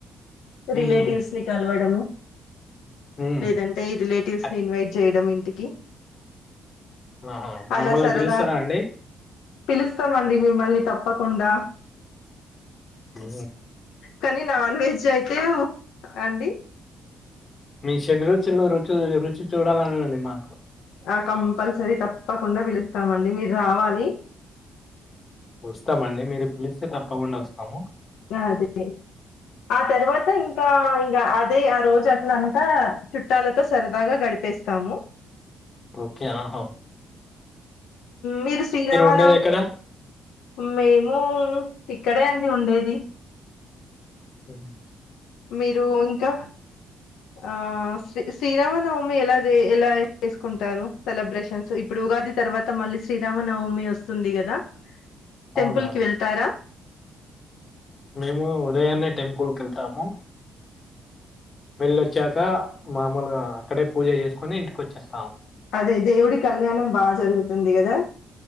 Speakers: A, on the left; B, on the left.
A: హుహు.
B: రిలేటివ్స్ని కలవడము.
A: హ్మ్.
B: లేదంటే ఈ రిలేటివ్స్
A: అ
B: ని ఇన్వైట్ చేయడం ఇన్ ఇంటికి
A: ఆహా
B: అలా
A: మమ్మల్ని
B: సరదా
A: పిలుస్తారా అండి.
B: పిలుస్తామండి మిమ్మల్ని తప్పకుండా
A: ఆ
B: కానీ నాన్ వెజ్ అయితే అండి.
A: మీ షడ్రుచులో రుచు రుచి చూడాలనుంది మాకు
B: ఆ కంపల్సరీ తప్పకుండా పిలుస్తామండి మీరు రావాలి.
A: వస్తామండి. మీరు పిలిస్తే తప్పకుండా వస్తాము.
B: ఆ అదే ఆ తర్వాత ఇంకా ఇంకా అదే ఆ రోజు అట్లాంతా చుట్టాలతో సరదాగా గడిపేస్తాము.
A: ఓకే ఆ హౌ
B: మీరు శ్రీరావలం
A: ఉండేదెక్కడ?
B: మేము ఇక్కడే అండి ఉండేది.
A: హ
B: మీరూ ఇంక ఆ శ్రీ శ్రీరామనవమి ఎలా చె ఎలా చేసుకుంటారు సెలబ్రేషన్స్ ఇప్పుడు ఉగాది తర్వాత మళ్ళీ శ్రీరామనవమి వస్తుంది కదా టెంపుల్
A: అవునవును.
B: కి వెళ్తారా
A: మేము ఉదయాన్నే టెంపుల్ కెళ్తాము. వెల్లోచ్చాక మామూలుగా అక్కడే పూజ చేసుకుని ఇంటికి వచ్చేస్తాం.
B: అదే దేవుడి కళ్యాణం బాజరుగుతుంది కదా